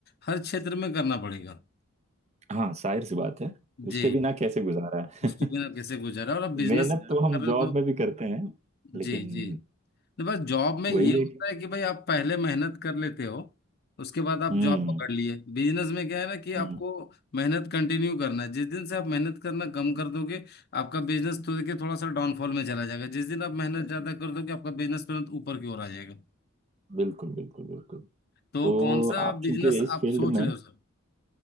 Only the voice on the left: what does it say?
हर क्षेत्र में करना पड़ेगा
जी
उसके
बिना
कैसे गुजारा और आप बिजनेस
कर
रहे
हो तो
जी जी तो बस जॉब में
ये होता
है कि भाई आप पहले मेहनत कर लेते हो उसके बाद आप
जॉब पकड़ लिए बिजनेस में क्या है ना कि
आपको मेहनत कंटिन्यू करना है जिस दिन से आप मेहनत करना कम कर दोगे आपका बिजनेस तो देखिए थोड़ा सा डाउनफॉल में चला जाएगा जिस दिन आप मेहनत ज्यादा कर दोगे आपका बिजनेस तुरंत ऊपर की ओर आ जाएगा
तो
कौन सा
बिजनेस
आप
सोच
रहे हो सर